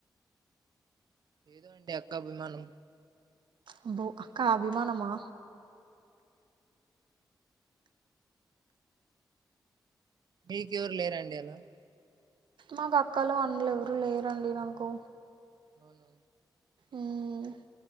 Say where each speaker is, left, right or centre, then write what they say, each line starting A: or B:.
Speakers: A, on the right; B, on the right.
A: ఏదో అండి అక్క అభిమానం
B: అబ్బో అక్కా అభిమానమా
A: మీకు ఎవరూ లేరా అండి అలా
B: మాకు అక్కలు అన్నలు ఎవరూ లేరండి నాకు
A: అవును
B: ఉమ్